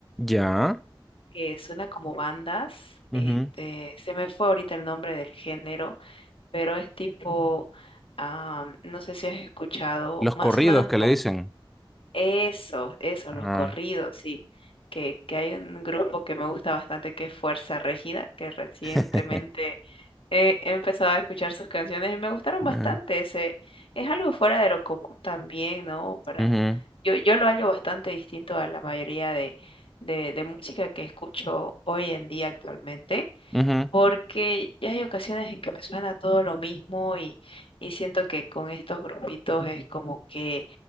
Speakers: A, in the centre; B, on the left.
A: Ya.
B: que suena como bandas.
A: ujú.
B: Este, se me fue ahorita el nombre del género, pero es tipo, ah, no sé si has escuchado,
A: Los
B: más
A: corridos
B: o menos
A: que le dicen.
B: Eso, eso, los
A: Ajá.
B: corridos, sí. Que, que hay un grupo que me gusta bastante que es Fuerza Regida, que recientemente
A: <laughs>
B: he, he empezado a escuchar sus canciones y me gustaron bastante.
A: Ajá.
B: Ese, es algo fuera de lo común también, ¿no? Para,
A: Ujú,
B: yo, yo lo hallo bastante distinto a la mayoría de, de, de música que escucho hoy en día actualmente
A: ujú,
B: porque ya hay ocasiones en que me suena todo lo mismo y, y siento que con estos grupitos es como que